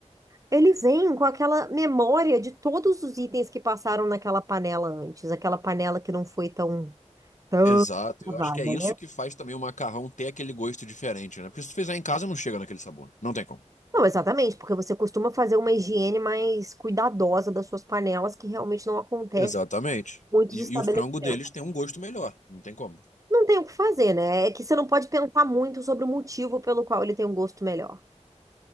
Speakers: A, on the right; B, on the left.
A: Ele vem com aquela memória de todos os itens que passaram naquela panela antes, aquela panela que não foi tão tão
B: Exato,
A: lavada,
B: eu acho que é isso
A: né?
B: que faz também o macarrão ter aquele gosto diferente, né? Porque se tu fizer em casa, não chega naquele sabor. Não tem como.
A: Não, exatamente, porque você costuma fazer uma higiene mais cuidadosa das suas panelas, que realmente não acontece
B: Exatamente.
A: em muitos
B: E,
A: estabelecimentos.
B: e o frango deles tem um gosto melhor. Não tem como.
A: Não tem o que fazer, né? É que você não pode pensar muito sobre o motivo pelo qual ele tem um gosto melhor.